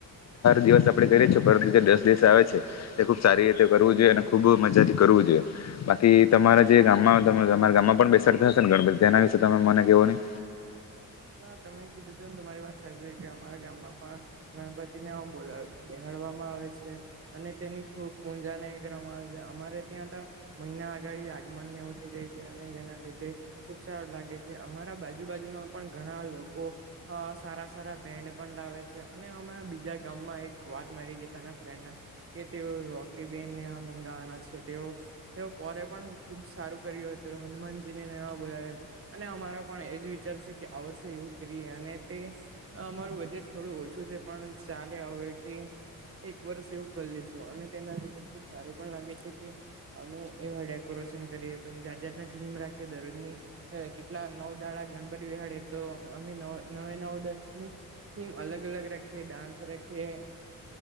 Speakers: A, on the left; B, on the right.
A: દિવસ આપણે કરી છ ભતની જે દસ દિવસ આવે છે એ ખુબ સારી રીતે કરવું જોઈએ અને ખુબ મજાથી કરવું જોઈએ. બાકી તમારા જે ગામમાં તમારા ગામમાં પણ બેસાડતા હશે ને ગણપતિ તેના વિશે તમે મને કેહવો નહી.
B: હા તમે કીધું તું ને તમારી વાત સારી રહી કે અમારા ગામમાં પણ. ગણપતિને બોલા બેહડવામાં આવે છે. અને તેની ખૂબ પૂંજા ન કરવામાં આવે છે અમારે ત્યાં તો. મહિના આગાડી આગમન ને એવું થઈ જાય છે અને જેના લીધે. ખુબ સારું લાગે છે અમારા બાજુ બાાજુમાં પણ ઘણા લોકો. અ સારા સારા બેન્ડ પણ લાવે છે અને અમે બીજા ગામમાં એક વાત મળી ગયા ત ફ્રેન્ડને કે તેઓ રોકી બેનને મંગાવવાના છે તેઓ. તે પોરે પણ ખુબ સારું કર્યું હતું હનુમાનજી ને એવા બોલાવ્યા હતા. અને અમારો પણ એજ વિચાર છે કે આ વર્ષે એવું કરીએ અને તે. અમારું બજેટ થોડું ઓછું છે પણ ચાલે હવે કે. એક વર્ષ એવું કરી લેશું અને તેના લીધ ખુબ સારું પણ લાગે છે કે. અમે એવાય ડેકોરેશન કરીએ પછી જાત જાતના ટીમ રાખીએ દરરોજની. હ કેટલા નવ દાડા ગણપતિ વિહાળે તો અમે ન નવે નવ દસની થીમ અલગ અલગ રખે ડાન્સ રાખીએ.